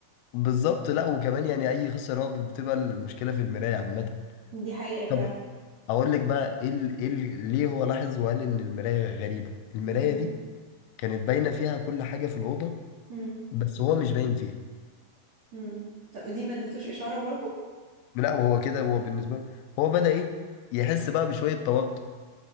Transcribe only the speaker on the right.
دي حقيقه فعلا
امم
امم
امم طب دي ما اديتوش اشاره برضو